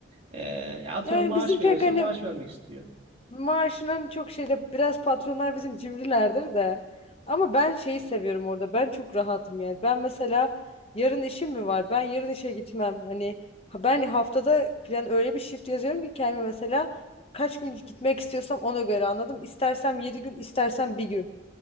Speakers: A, on the right; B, on the left.
A: E, atıyorum
B: Yani
A: maaş
B: bizim
A: veriyorsa
B: pek hani
A: maaş vermek istiyor.
B: Maaşının çok şeyde biraz patronlar bizim cimrilerdir de. Ama ben şeyi seviyorum orada. Ben çok rahatım yani. Ben mesela yarın işim mi var? Ben yarın işe gitmem. Hani ha- ben haftada plan öyle bir shift yazıyorum ki kendime mesela kaç gün gitmek istiyorsam ona göre anladım. İstersem 7 gün, istersem bir gün.